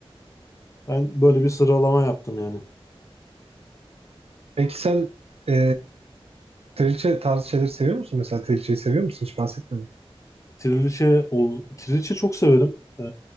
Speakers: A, on the left (about 30°); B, on the right (about 75°).
A: Ben böyle bir sıralama yaptım yani.
B: Peki sen e, trilce tarzı şeyleri seviyor musun? Mesela trilceyi seviyor musun? Hiç bahsetmedim.
A: Trileçe, ol, trileçe çok severim. Ee,